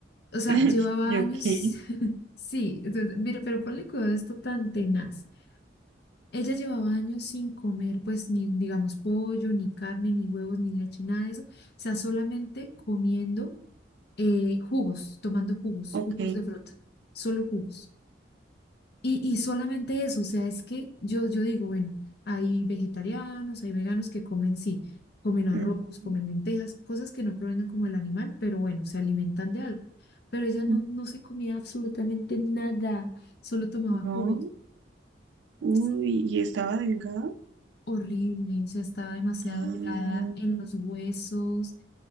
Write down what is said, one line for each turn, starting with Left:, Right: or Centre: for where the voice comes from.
Left: o sea,
Right: <laughs>
Left: llevaba
Right: ¿Yo
Left: años,
Right: qué?
Left: <laughs> sí, entonces, mira, pero ponle cuidado a esto tan tenaz. Ella llevaba años sin comer, pues, ni, digamos, pollo, ni carne, ni huevos, ni leche, nada de eso, o sea, solamente comiendo eh, jugos, tomando jugos,
Right: Ok.
Left: jugos de fruta, solo jugos. Y, y solamente eso, o sea, es que yo, yo digo, bueno, hay vegetarianos, hay veganos que comen, sí, comen arroz,
Right: Ujú,
Left: comen lentejas, cosas que no provengan como el animal, pero bueno, se alimentan de algo. Pero ella
Right: ujú.
Left: no, no se comía absolutamente nada, solo tomaba
Right: No.
Left: jugos.
Right: Uy,
Left: Sí,
Right: ¿y estaba delgado?
Left: horrible, o sea, estaba demasiado
Right: Ah,
Left: delgada en los huesos